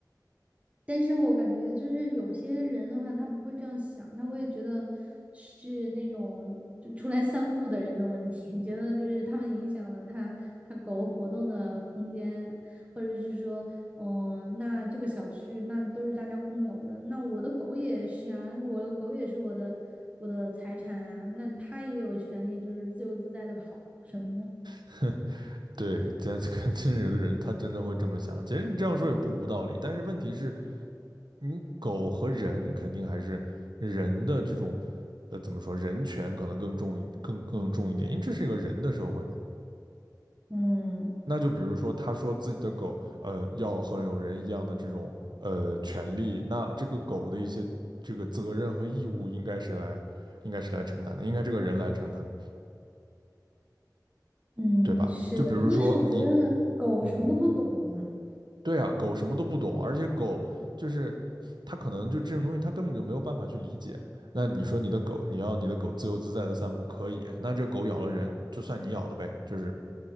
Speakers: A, on the right; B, on the right.
A: 但是我感觉就是有些人的话，他不会这样想，他会觉得是那种就出来散步的人的问题，<laughs> 觉得就是他们影响了他他狗活动的空间，或者是说，嗯、那这个小区那都是大家共有的，那我的狗也是啊，我的狗也是我的我的财产啊，那它也有权利就是自由自在的跑什么的。
B: <laughs> 对，在这个真有的人，他真的会这么想。其实你这样说也不无道理，但是问题是。你狗和人肯定还是人的这种，呃，怎么说，人权可能更重一更更重一点，因为这是一个人的社会嘛。
A: 嗯
B: 那就比如说，他说自己的狗，呃，要和有人一样的这种呃权利，那这个狗的一些这个责任和义务应该谁来，应该谁来承担的，应该这个人来承担嘛，
A: 嗯，
B: 对吧？
A: 是的，
B: 就比如说你，
A: 因为我觉得狗什么都不懂啊。
B: 嗯。对啊，狗什么都不懂，而且狗就是它可能就这种东西，它根本就没有办法去理解。那你说你的狗，你要你的狗自由自在的散步可以，那这狗咬了人，就算你咬的呗，就是